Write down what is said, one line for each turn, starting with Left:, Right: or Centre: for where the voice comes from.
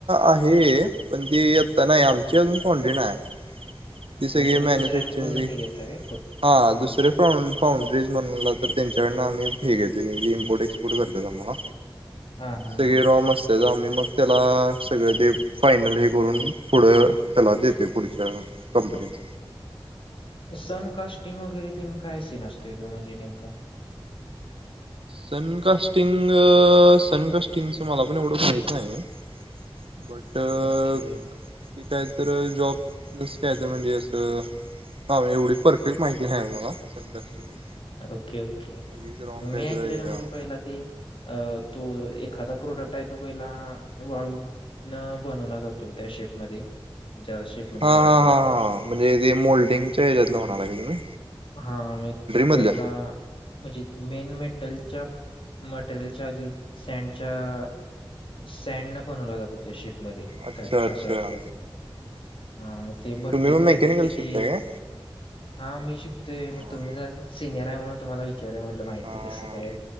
Right: आहे पण ती आता नाही आमची अजून फोंन्ड्री नाही ती सगळी
Left: मग तुम्ही
Right: मॅन्युफॅक्चरिंग
Left: दुसऱ्यांकडून नाही घेता का
Right: हा दुसरे फा फाउंन्ड्रीज म्हणलात तर त्यांच्याकडंन आम्ही हे घेतोे इम्पोर्ट एक्सपोर्ट करतात आम्हाला
Left: हा हा
Right: सगळे
Left: हा
Right: रॉम असते जा आम्ही मग त्याला सगळे ते फायनल हे करून पुढं त्याला देते पुढच्या कंपनीत
Left: सनकास्टिंग वगैरे ते काय सीन असतोय तो म्हणजे नेमक
Right: सनकास्टिंग सनकास्टिंगच मला पण एवढं माहीत नाही बट की
Left: ओके
Right: काय तर जॉब प्लस काय तर म्हणजे असं ह एवढी परफेक्ट माहिती नाही मला सनकास्टिंगची
Left: ओके ओके
Right: उगीच रॉंग
Left: मग
Right: काय
Left: मी ऐकलेलं
Right: तर
Left: म्हणजे पहिला ते अ तो एखादा प्रोडक्ट आहे तो पहिला वाळून बनवला जातो त्या शेपमध्ये ज्या शेपमध्ये
Right: हा
Left: करायचा
Right: हा
Left: आहे
Right: हा
Left: ते
Right: हा म्हणजे ते मोल्डिंगच्या आहे त्यातलं म्हणालाय का तुम्ही
Left: हा मग
Right: मधलं
Left: पहिला म्हणजे मेन मेटलच्या मटेरियलच्या आधी सँडच्या सँड न बनवलं जात हो त्या शिप मध्ये
Right: अच्छा
Left: कायतर
Right: अच्छा
Left: असं ऐकलं
Right: हा
Left: होत हा मग ते भट्टीत
Right: तुम्ही मग
Left: कायतरी
Right: मेकॅनिकल
Left: किती
Right: शिकताय काय
Left: हा मी शिकतोय
Right: हा
Left: मग तुम्ही जर सिनिअर आहे म्हणुन तुम्हाला विचाराव म्हटलं माहिती
Right: हा
Left: कसं काय